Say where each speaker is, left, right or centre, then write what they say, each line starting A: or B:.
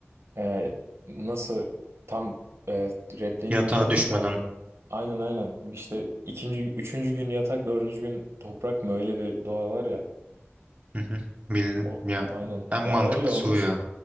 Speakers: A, on the right (about 65°); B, on the right (about 25°).
A: e, nasıl tam e, repliğini
B: Yatağa
A: bilmiyorum
B: düşmeden.
A: da aynen aynen işte ikinci üçüncü gün yatak dördüncü gün toprak mı öyle bir dua var ya.
B: Hı hı. Bil,
A: O
B: ya
A: aynen
B: en
A: ya
B: mantıklısı
A: öyle olmuş.
B: o ya.